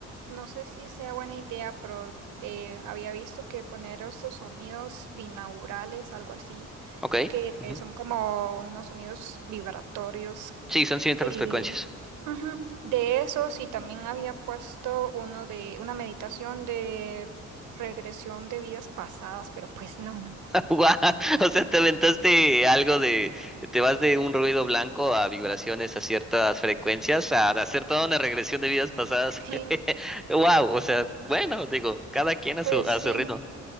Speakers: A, on the right (about 80°); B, in the centre.
A: no sé si sea buena idea, pero eh, había visto que poner estos sonidos binaurales, algo así,
B: Ok.
A: que
B: ujú.
A: son como unos sonidos vibratorios.
B: Sí, son ciertas
A: Y,
B: frecuencias.
A: ujú, de esos, y también había puesto uno de una meditación de regresión de vidas pasadas, pero pues no, no.
B: Guau, <laughs> O sea, te aventaste algo de, te vas de un ruido blanco a vibraciones a ciertas frecuencias, a hacer toda una regresión de vidas pasadas.
A: <laughs>
B: <laughs> Wow, o sea, bueno, digo, cada quien a
A: Pues
B: su, a
A: sí.
B: su ritmo.